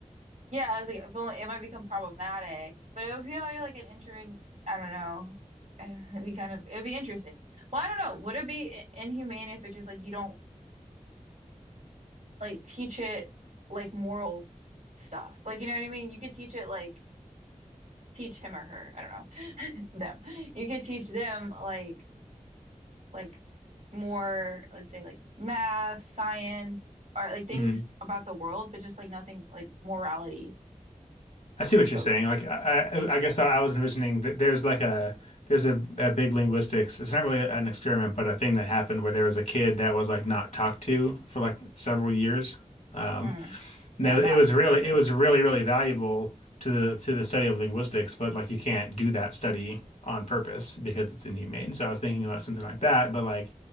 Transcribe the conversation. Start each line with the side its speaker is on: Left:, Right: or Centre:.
Right: Yeah, I was like, if only it might become problematic, but it would be like, like an interesting. I don't know. <sighs> Uh, It'd be kind of it'd be interesting. Well, I don't know. Would it be i- inhumane if it's just like you don't like teach it like moral stuff? Like you know what I mean? You could teach it like teach him or her. I don't know <laughs> them. You could teach them like like more let's say like math, science, or like things
Left: <laughs> hmm
Right: about the world, but just like nothing like morality
Left: I see what you're
Right: focused.
Left: saying. Like I I, I guess I, was envisioning that there's like a there's a, a big linguistics. It's not really an experiment, but a thing that happened where there was a kid that was like not talked to for like several years. Um,
Right: Mm,
Left: No,
Right: yeah, that
Left: it was really
Right: for sure.
Left: it was really really valuable to the to the study of linguistics, but like you can't do that study on purpose because it's inhumane. So I was thinking about something like that, but like